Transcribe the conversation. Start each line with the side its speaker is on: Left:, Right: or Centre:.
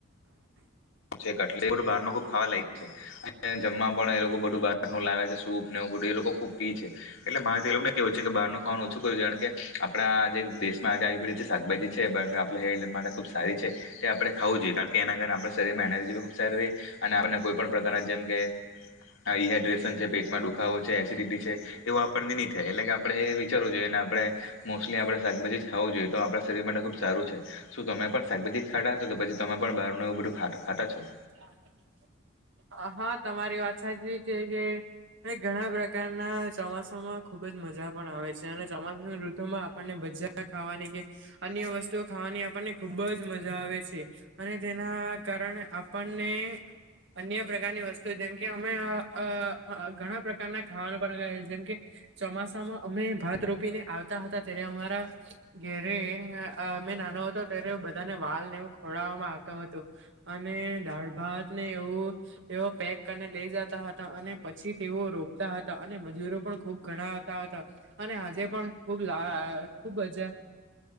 Right: <inaudible>
Left: <unintelligible> બહારનું ખુબ ખાવા લાવે છે અને જમવા પણ એ લોકો બધું બહારનું લાવે છે સૂપ ને એવું બધું એ લોકો ખુબ પી છે એટલે મારે લોકો કેવું છે કે બહારનું ખાવાનું ઓછું કર્યું છે કારણ કે આપડા જે આયુર્વેદિક જે શાકભાજી છે આપણે હેલ્થ માટે ખુબ સારી છે તે આપણે ખાવું જોઈએ કારણ કે એના કારણે આપણે શરીર એનર્જી ખૂબ સારી રે અને આપણને કોઈ પણ પ્રકારના જેમ કે આ ડીહાઈડ્રેશન છે પેટમાં દુખાવો છે એસિડિટી છે એવો આપણને નહી થાય એટલે કે આપણેે એ વિચારવું જોએ એને આપણે મોસ્ટલી આપણે શાકાભાજી ખાવું જોઈએ તો આપણા શરીર માટે ખુબ સારું છે શું તમે પણ શાભાજી જ ખાતાા છો કે પછી તમે પણ બારનું એવું બધું ખા ખાતા છો
Right: <inaudible> હા હા તમારી વાત સાચી છે કે ઘણા પ્રકારના ચોમાસામાં ખુબ જ મજા પણ આવે છે અને ચોમાસા ઋતુમાં આપને ભજીયા ખાવાની કે અન્ય વસ્તુઓ ખાવા ની આપણને ખૂબ જ મજા આવે છે અને તેના કારણે આપણને અન્ય પ્રકારની વસ્તુ જેમકે અમે અ અ ઘણા પ્રકારના ખાવાનું પણએ જેમ કે ચોમાસામાં અમે ભાત રોપીને આવતા હતા ત્યારે અમારા ઘરે અમે નાનો હતો ત્યારે બધાને વાલને એવું ખડવામાં આવ હતું અને દાળ ભાતને એવું એ પેક કરીને લઈ જાતા હતા અને પછી તેઓ રોપતા હતા અને મજૂરો પણ ખુબ ઘણા આવતા હતા અને આજે પણ ખુબ લા ખુબજા